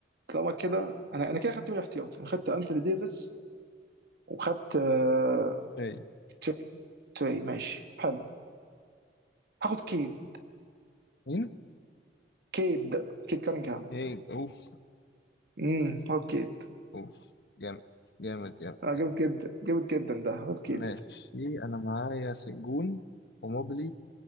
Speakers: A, on the right; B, on the left.
A: طالما كده انا انا كده خدت من الاحتياط انا خدت انتوني ديفيس وخدت آه،
B: شيء
A: تري تري ماشي حلو هاخد كيد
B: مين؟
A: كيد كيد كانجهام
B: ايه اوف
A: امم هاخد كيد
B: اوف جامد جامد جامد
A: آه
B: جامد
A: جامد جدا جامد جدا ده هاخد
B: ماشي
A: كيد
B: انا معايا سنجون وموبلي